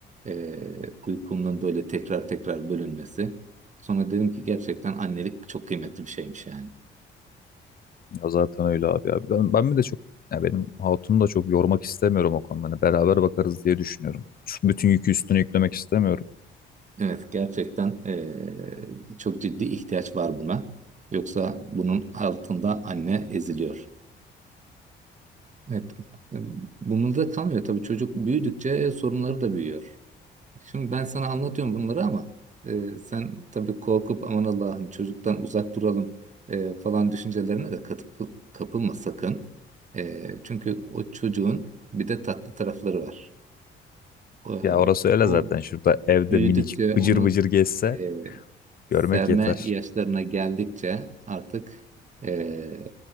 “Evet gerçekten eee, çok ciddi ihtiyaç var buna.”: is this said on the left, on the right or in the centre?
Right